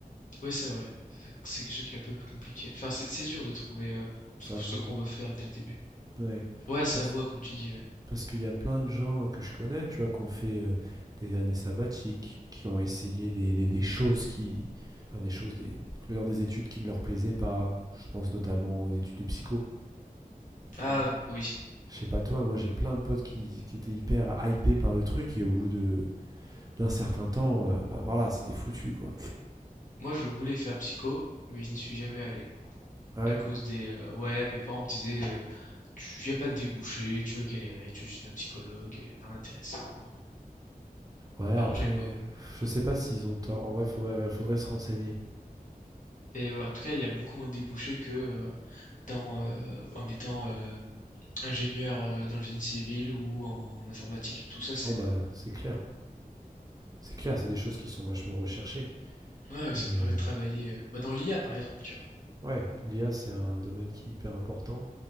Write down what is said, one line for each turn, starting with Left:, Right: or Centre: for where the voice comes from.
Left: Oui, c'est vrai. C'est c'est quelque chose qui est un peu plus compliqué. Enfin, c'est c'est dur de trouver, euh,
Right: sa
Left: je trouve,
Right: voie.
Left: ce qu'on veut faire dès le début.
Right: Ouais.
Left: Ouais, sa
Right: Parce-
Left: voix, comme tu dis. ouais.
Right: Parce qu'il y a plein de gens que je connais, tu vois, qui ont fait euh, des années sabbatiques, qui ont essayé des, des- des choses qui. Enfin, des choses, des, je veux dire, des études qui ne leur plaisaient pas. Je pense notamment aux études de psycho. Euh,
Left: Ah, oui.
Right: je sais pas toi, moi j'ai plein de potes qui, qui étaient hyper hypés par le truc et au bout de d'un certain temps, euh, ben voilà, c'était foutu quoi.
Left: Moi, je voulais faire psycho, mais je n'y suis jamais allé.
Right: Ah
Left: à
Right: oui
Left: cause des euh, ouais, mes parents me disaient euh, tu y a pas de débouché, tu vas galérer, tu vas juste devenir psychologue, et rien d'intéressant.
Right: Ouais,
Left: Par
Right: après,
Left: contre, j'avais beau-
Right: je sais pas s'ils ont tort. En vrai, faudrait, faudrait se renseigner.
Left: et ouais, en tout cas, il y a beaucoup moins de débouchés que euh, dans euh, en étant euh, ingénieur euh, dans le génie civil ou en, en informatique. Tout ça, c'est
Right: Oh bah, c'est clair. C'est clair, c'est des choses qui sont vachement recherchées.
Left: ouais,
Right: Et
Left: ça me permet
Right: euh,
Left: de travailler euh, bah, dans l'IA par exemple, tu vois.
Right: Ouais, l'IA, c'est un domaine qui est hyper important,